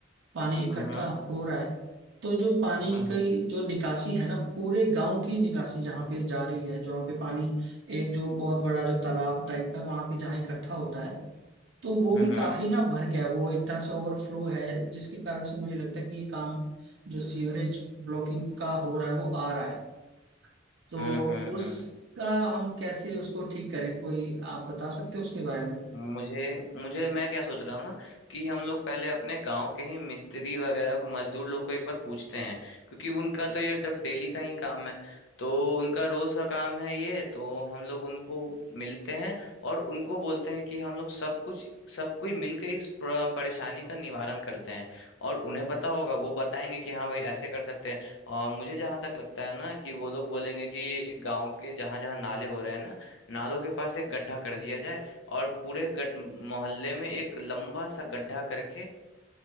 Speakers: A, on the right (about 70°); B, on the left (about 80°).
A: पानी इकट्ठा
B: हम्म
A: हो रहा है तो जो पानी
B: हम्म
A: की
B: हम्म
A: जो निकासी है ना पूरे गांव की निकासी जहाँ पे जा रही है जहाँ पे पानी एक जो बहुत बड़ा जो तालाब टाइप है वहां पे जहाँ इकट्ठा होता है तो वो
B: हम्म
A: भी
B: हम्म
A: काफी ना भर गया वो एक तरह से ओवरफ्लो है जिसके कारण से मुझे लगता है कि ये काम जो सीवरेज ब्लॉकिंग का हो रहा है वो आ रहा है तो
B: हम्म हम्म,
A: उसका
B: हम्म,
A: हम कैसे उसको ठीक करें कोई आप बता सकते हो उसके बारे में
B: मुझे मुझे मैं क्या सोच रहा हूँ ना कि हम लोग पहले अपने गांव के ही मिस्त्री वगैरह को मजदूर लोग को एक बार पूछते हैं क्योंकि उनका तो ये डब डेली का ही काम है तो उनका रोज का काम है ये तो हम लोग उनको मिलते हैं और उनको बोलते हैं कि हम लोग सब कुछ सब कोई मिलकर इस प्र- परेशानी का निवारण करते हैं और उन्हें पता होगा वो बताएंगे कि हाँ भाई ऐसे कर सकते हैं और मुझे जहां तक लगता है ना कि वो लोग बोलेंगे कि गांव के जहां जहां नाले हो रहे हैं ना नालों के पास एक गड्ढा कर दिया जाए और पूरे गड मोहल्ले में एक लंबा सा गड्ढा करके